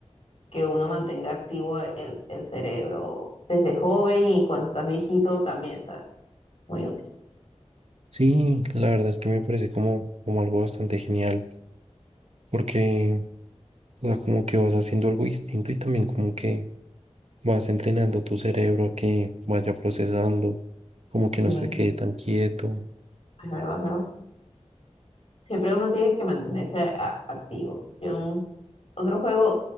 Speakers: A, on the left; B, on the right.
A: que uno mantenga activo el, el cerebro desde joven y cuando estás viejito también, ¿sabes? Muy útil.
B: Sí, la verdad es que me parece como, como algo bastante genial, porque, o sea, como que vas haciendo algo distinto y también como que vas entrenando tu cerebro a que vaya procesando, como que
A: Sí,
B: no se quede tan quieto.
A: es verdad, es verdad. Siempre uno tiene que mantenerse a- activo. Yo, en otro juego,